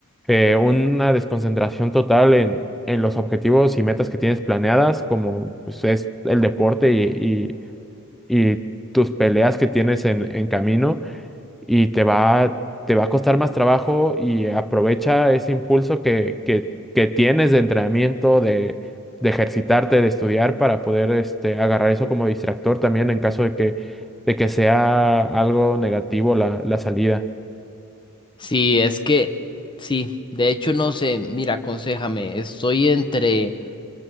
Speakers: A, in the centre; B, on the left.
A: eh, una desconcentración total en, en los objetivos y metas que tienes planeadas, como pues es el deporte y, y- y tus peleas que tienes en, en camino y te va, te va a costar más trabajo y aprovecha ese impulso que, que, que tienes de entrenamiento, de, de ejercitarte, de estudiar para poder este, agarrar eso como distractor también en caso de que, de que sea algo negativo la, la salida.
B: Sí, es que, sí, de hecho no sé, mira, aconséjame, estoy entre...